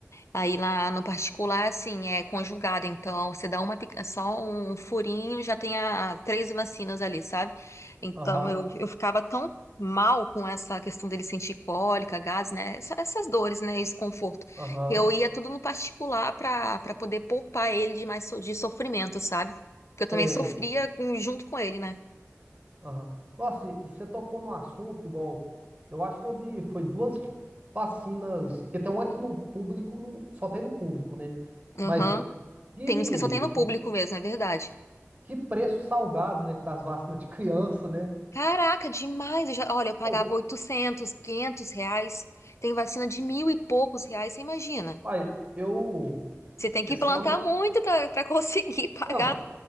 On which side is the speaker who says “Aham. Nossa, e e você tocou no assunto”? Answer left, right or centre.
Right